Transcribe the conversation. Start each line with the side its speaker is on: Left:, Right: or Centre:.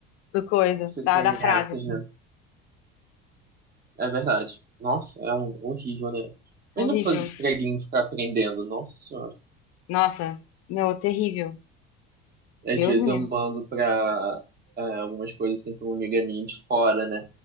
Left: do coisa,
Right: Você
Left: da,
Right: tem
Left: da frase.
Right: essas, né? É verdade. Nossa, é um horrível, né?
Left: Horrível.
Right: Mas não pra preguinho ficar aprendendo, nossa senhora.
Left: Nossa, meu, terrível.
Right: Às
Left: Deus
Right: vezes
Left: me livre.
Right: eu mando pra é, algumas coisas assim pra uma amiga minha de fora, né?